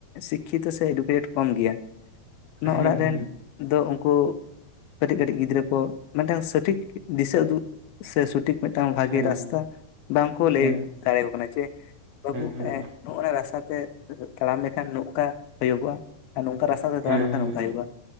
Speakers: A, on the left; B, on the right.
A: ᱥᱤᱠᱠᱷᱤᱛᱚ ᱥᱮ ᱮᱰᱩᱠᱮᱴᱮᱴ ᱠᱚᱢ ᱜᱮᱭᱟ ᱚᱱᱟ
B: ᱦᱮᱸ
A: ᱚᱲᱟᱜ ᱨᱮᱱ
B: ᱦᱮᱸ
A: ᱫᱚ ᱩᱱᱠᱩ ᱠᱟᱹᱴᱤᱡ ᱠᱟᱹᱴᱤᱡ ᱜᱤᱫᱽᱨᱟᱹ ᱠᱚ ᱢᱤᱫᱴᱟᱝ ᱥᱚᱴᱷᱤᱠ ᱫᱤᱥᱟᱹ ᱩᱫᱩᱜ ᱥᱮ ᱥᱚᱴᱷᱤᱠ ᱢᱤᱫᱴᱟᱝ ᱵᱷᱟᱜᱮ
B: ᱦᱮᱸ
A: ᱨᱟᱥᱛᱟ ᱵᱟᱝᱠᱚ
B: ᱦᱮᱸ
A: ᱞᱟᱹᱭ ᱫᱟᱲᱮ ᱟᱠᱚ ᱠᱟᱱᱟ ᱡᱮ ᱵᱟᱹᱵᱩ
B: ᱦᱮᱸ
A: ᱱᱚᱜ ᱱᱟ ᱨᱟᱥᱛᱟ ᱛᱮ ᱛᱟᱲᱟᱢ ᱞᱮᱠᱷᱟᱱ ᱱᱚᱝᱠᱟ ᱦᱳᱭᱳᱜᱚᱜᱼᱟ ᱟᱨ ᱱᱚᱝᱠᱟ ᱨᱟᱥᱛᱟ ᱛᱮ ᱛᱟᱲᱟᱢ
B: ᱦᱮᱸ
A: ᱞᱮᱠᱷᱟᱱ
B: ᱦᱮᱸ
A: ᱱᱚᱝᱠᱟ ᱦᱩᱭᱩᱜᱼᱟ